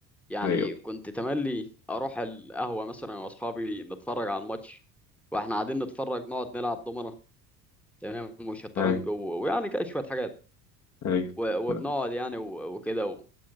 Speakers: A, in the centre; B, on the left.
A: يعني
B: ايوه
A: كنت تملي اروح القهوه مثلا أنا واصحابي نتفرج على الماتش واحنا قاعدين نتفرج نقعد نلعب دومنه تمام وشطرنج
B: ايوه
A: و... ويعني كده شويه حاجات
B: ايوه
A: و... وبنقعد
B: آه.
A: يعني و... وكده و...